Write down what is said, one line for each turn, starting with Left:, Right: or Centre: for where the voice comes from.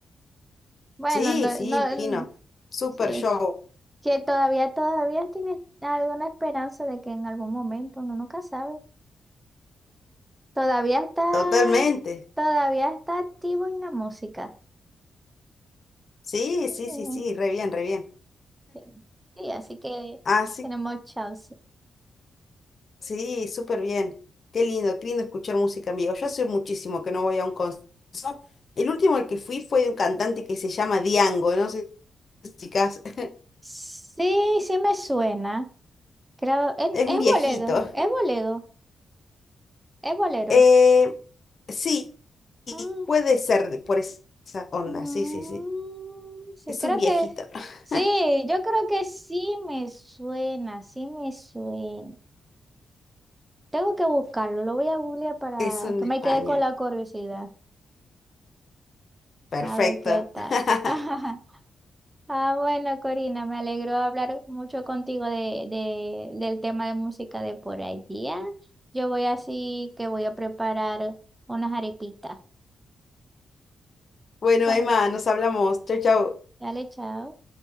Right: Bueno,
Left: Sí,
Right: no,
Left: sí,
Right: no,
Left: imagino.
Right: mm,
Left: Súper
Right: sí,
Left: show,
Right: que todavía, todavía tienes alguna esperanza de que en algún momento, uno nunca sabe. Todavía está,
Left: totalmente.
Right: todavía está activo en la música.
Left: Sí,
Right: <laughs>
Left: sí, sí, sí, re bien, re bien.
Right: Sí, sí, así que
Left: Así
Right: tenemos chance.
Left: Sí, súper bien. Qué lindo, qué lindo escuchar música en vivo. Yo hace muchísimo que no voy a un concierto. El último al que fui fue de un cantante que se llama Diango, no sé si cas- <laughs>
Right: Sí, sí me suena. Creo, es,
Left: es
Right: es
Left: un viejito.
Right: boledo, es boledo, es bolero.
Left: Eh, sí,
Right: Ah,
Left: puede ser de- por esa onda,
Right: mm,
Left: sí, sí, sí.
Right: sí,
Left: Es
Right: creo
Left: un viejito,
Right: que es-
Left: <laughs>
Right: Sí, yo creo que sí me suena, sí me suena. Tengo que buscarlo, lo voy a googlear para
Left: es un
Right: que
Left: español.
Right: me quede con la curiosidad.
Left: Perfecto.
Right: A ver qué tal.
Left: <laughs>
Right: <laughs> Ah, bueno, Corina, me alegró hablar mucho contigo de, de- del tema de música de por allá. Yo voy así que voy a preparar unas arepitas.
Left: Bueno,
Right: Chao.
Left: Emma, nos hablamos. Chau, chau.
Right: Dale, chao.